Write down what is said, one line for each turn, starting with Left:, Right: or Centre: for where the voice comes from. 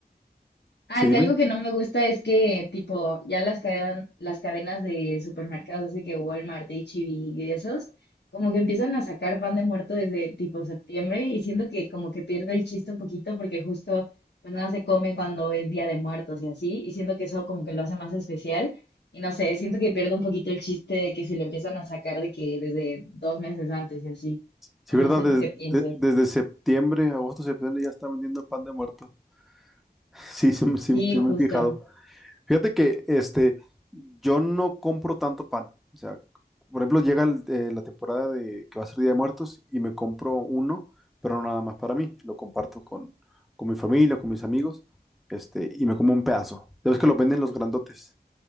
Left: Ah,
Centre: sí, dime.
Left: que algo que no me gusta es que, tipo, ya las cadenas, las cadenas de supermercados, así que Walmart, H-E-B y esos, como que empiezan a sacar pan de muerto desde tipo septiembre y siento que como que pierde el chiste un poquito porque justo pues nada se come cuando es Día de Muertos y así, y siento que eso como que lo hace más especial y no sé, siento que pierde un poquito el chiste de que si lo empiezan a sacar de que desde dos meses antes y así,
Centre: Sí,
Left: o
Centre: ¿verdad?
Left: no sé
Centre: Desde,
Left: tú qué pienses.
Centre: de- desde septiembre, agosto, septiembre ya está vendiendo pan de muerto. <laughs> Sí, sí, me- sí,
Left: Sí,
Centre: sí
Left: justo.
Centre: me he fijado. Fíjate que este, yo no compro tanto pan. O sea, por ejemplo, llega el- eh, la temporada de que va a ser Día de Muertos y me compro uno, pero no nada más para mí. Lo comparto con, con mi familia, con mis amigos, este, y me como un pedazo. Ya ves que lo venden los grandotes.